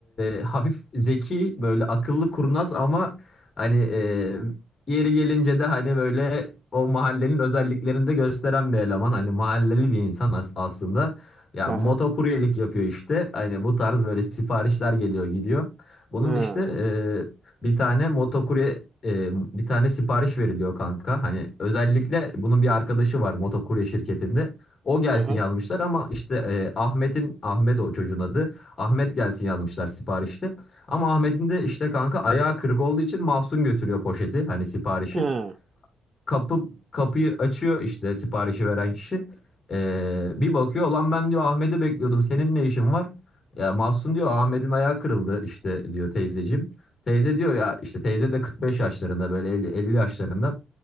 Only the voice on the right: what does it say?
Aha.
Ha.
Aha.
Ha.